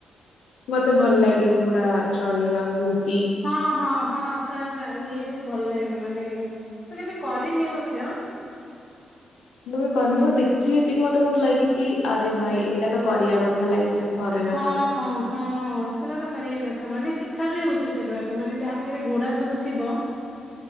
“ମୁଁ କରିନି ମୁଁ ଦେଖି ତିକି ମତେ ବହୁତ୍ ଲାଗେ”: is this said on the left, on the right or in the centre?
Left